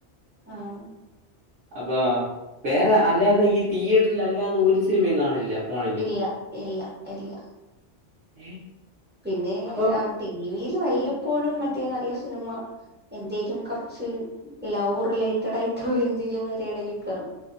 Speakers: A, on the right; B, on the right.
A: ആഹ്
B: അപ്പൊ വേറെ അല്ലാതെ ഈ തിയേറ്ററിൽ അല്ലാതെ ഒരു സിനിമയും കാണില്ല ഫോണില്
A: ഇല്ല ഇല്ല ഇല്ല
B: ഏഹ്
A: പിന്നെ
B: അപ്പം
A: ടിവിയില് വല്ലപ്പോഴും മറ്റേ നല്ല സിനിമ എന്തേലും കൊർച്ച് ലവ് റിലേറ്റഡ് ആയിറ്റ്ള്ള എന്തെങ്കിലും വരേണെങ്കി കാണും